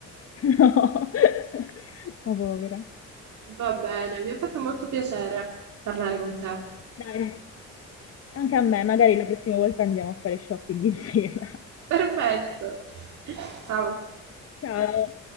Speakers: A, on the left (about 50°); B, on the right (about 75°).
A: No, <laughs> ma povera.
B: Va bene, mi ha fatto molto piacere parlare con te.
A: Dai, anche a me, magari la prossima volta andiamo a fare shopping insieme.
B: Perfetto. Ciao.
A: <laughs> Ciao.